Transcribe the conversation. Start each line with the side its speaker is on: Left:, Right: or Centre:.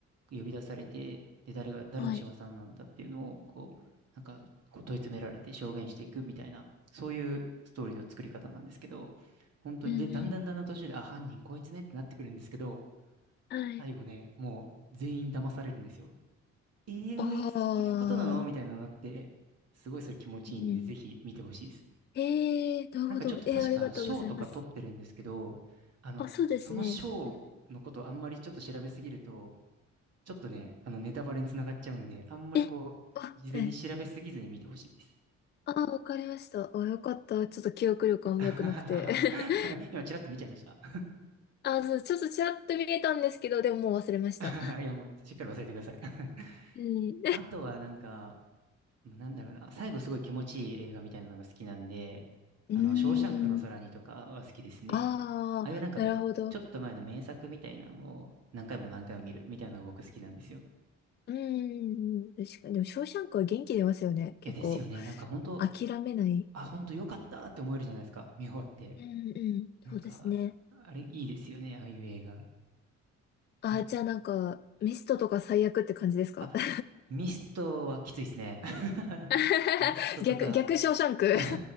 Right: 呼び出されて、で、誰が、誰の仕業なんだっていうのを、
Left: はい。
Right: こう、なんか、こう問い詰められて証言していくみたいな、そういうストーリーの作り方なんですけど、本当に、
Left: うん
Right: で、だんだんだんだん途中で、あ、犯人こいつねってなってくるんですけど、
Left: うん。はい。
Right: 最後ね、もう全員騙されるんですよ。ええそういうことなのみたいなのになって、
Left: ああ。
Right: すごいそれ気持ちいいんで、
Left: うん。
Right: ぜひ見てほしいです。
Left: ええーなるほど。
Right: なんかちょっと確か賞とか取ってるんですけど、
Left: えーありがとうございます。
Right: あの、
Left: あ、そうですね。
Right: その賞のことあんまりちょっと調べすぎると、
Left: うん
Right: ちょっとね、あの、ネタバレにつながっちゃうんで、あんまりこう、
Left: え、あ、
Right: 事前に調べすぎずに見てほしいです。
Left: はい。あー、わかりました。あ、よかった。ちょっと記憶力あんま良くなくて。
Right: <laughs>
Left: <laughs>
Right: 今、ちらっと見ちゃいました。
Left: あ、そう、ちょっとちらっと見えたんですけど、でももう忘れました。
Right: <laughs> いや、もう、しっかり忘れてください。<laughs>
Left: うん。
Right: あとはなんか、まあなんだろうな、最後すごい気持ちいい映画みたいなのが好きなんで、
Left: <laughs> うーん。
Right: あの、ショーシャンクの空にとかは好きですね。
Left: ああ、
Right: ああいうなんか、
Left: なるほど。
Right: ちょっと前の名作みたいなのを何回も何回も見るみたいなのが僕好きなんですよ。
Left: うーん。確かに。でも、ショーシャンクは元気出ますよね。結構、
Right: いや、ですよね。なんか本当、
Left: 諦めない。
Right: あ、本当よかったって思えるじゃないですか。見終わって。
Left: うんうん。そうですね。
Right: なんか、あれいいですよね。ああいう映画。
Left: ああ、
Right: なんか、
Left: じゃあなんか、ミストとか最悪って感じですか
Right: あ、
Left: <laughs>
Right: ミストはきついですね。<laughs>
Left: <laughs>
Right: ミストとか
Left: 逆、逆ショーシャンク。
Right: <laughs>